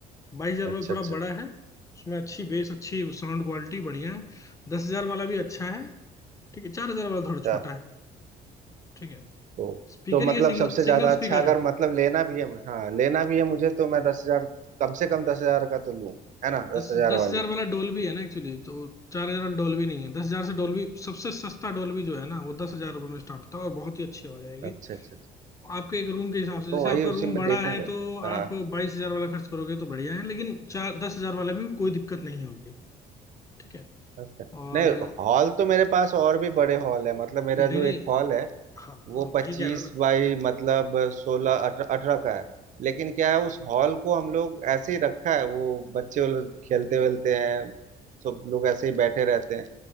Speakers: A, on the left (about 20°); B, on the right (about 50°).
A: बाईस हजार वाला
B: अच्छा
A: थोड़ा
B: अच्छा
A: बड़ा है उसमें अच्छी बेस अच्छी साउंड क्वालिटी बढ़िया है दस हजार वाला भी अच्छा है ठीक है चार हजार वाला थोड़ा
B: अच्छा
A: छोटा है ठीक है
B: तो
A: स्पीकर
B: तो मतलब
A: ये सिंगल
B: सबसे ज्यादा
A: सिंगल
B: अच्छा
A: स्पीकर
B: अगर
A: है
B: मतलब लेना भी है हाँ लेना भी है मुझे तो मैं दस हजार कम से कम दस हजार का तो लूँ है ना
A: दस
B: दस हजार
A: दस
B: वाली
A: हजार वाला डोल्बी है ना एक्चुअली तो चार हजार वाला डोल्बी नहीं है दस हजार से डोल्बी सबसे सस्ता डोल्बी जो है ना वो दस हजार रुपये में स्टार्ट होता है और बहुत ही अच्छी आवाज आएगी
B: अच्छा अच्छा अच्छा।
A: आपके एक रूम के हिसाब से
B: तो
A: जैसे
B: वही
A: आपका
B: उसी
A: रूम
B: में
A: बड़ा
B: देखूंगा
A: है तो
B: हाँ
A: आप बाईस हजार वाला खर्च करोगे तो बढ़िया है लेकिन चार दस हजार वाला भी कोई दिक्कत नहीं होगी ठीक है
B: अच्छा
A: और
B: नहीं हॉल तो मेरे पास और भी बड़े हॉल है मतलब मेरा
A: नहीं
B: जो
A: नहीं
B: एक हॉल है
A: हाँ
B: वो पच्चीस
A: वही कह रहा ना
B: बाई मतलब सोलह अठारह का है लेकिन क्या है उस हॉल को हम लोग ऐसे ही रखा है वो बच्चे वो लोग खेलते वेलते हैं सब लोग ऐसे ही बैठे रहते हैं